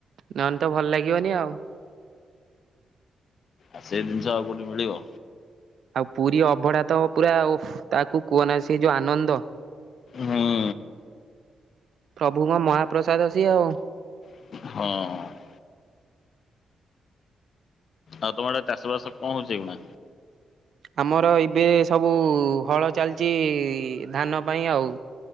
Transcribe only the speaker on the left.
ଆଉ ସେଇ ଜିନିଷ ଆଉ କେଉଁଠି ମିଳିବ?
ହଁ।
ହଁ। ଆଉ ତମଆଡେ ଚାଷ ବାସ କଣ ହଉଚି ଏବେ?